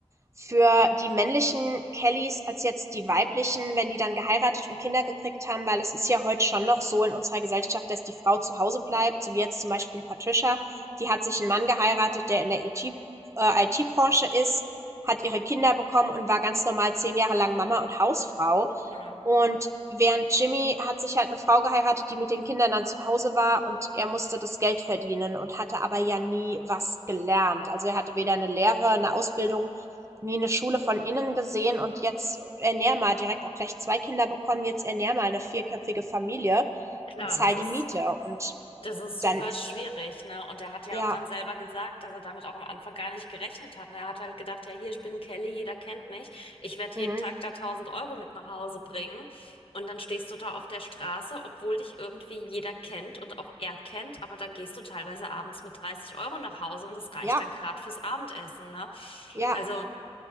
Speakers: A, on the right; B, on the left.
A: für die männlichen Kellys als jetzt die weiblichen, wenn die dann geheiratet und Kinder gekriegt haben, weil es ist ja heute schon noch so in unserer Gesellschaft, dass die Frau zu Hause bleibt, so wie jetzt zum Beispiel Patricia, die hat sich einen Mann geheiratet, der in der IT-Branche äh, ist, hat ihre Kinder bekommen und war ganz normal zehn Jahre lang Mama und Hausfrau.
B: Mhm.
A: Und während Jimmy hat sich halt eine Frau geheiratet, die mit den Kindern dann zu Hause war und er musste das Geld verdienen und hatte aber ja nie was gelernt. Also er hatte weder eine Lehre, eine Ausbildung, nie eine Schule von innen gesehen und jetzt ernähr mal direkt auch gleich zwei Kinder bekommen, jetzt ernähr mal eine vierköpfige Familie
B: Klar,
A: und zahl
B: das ist,
A: die Miete. Und
B: das ist super
A: dann ist,
B: schwierig, ne? Und er hat ja
A: ja,
B: auch dann selber gesagt, dass er damit auch am Anfang gar nicht gerechnet hat. Und er hat halt gedacht, ja, hier, ich bin Kelly, jeder kennt mich. Ich werde
A: mhm,
B: jeden Tag da tausend Euro mit nach Hause bringen. Und dann stehst du da auf der Straße, obwohl dich irgendwie jeder kennt und auch er kennt, aber dann gehst du teilweise abends mit 30 Euro nach Hause und das reicht
A: ja,
B: dann gerade fürs Abendessen, ne?
A: ja.
B: Also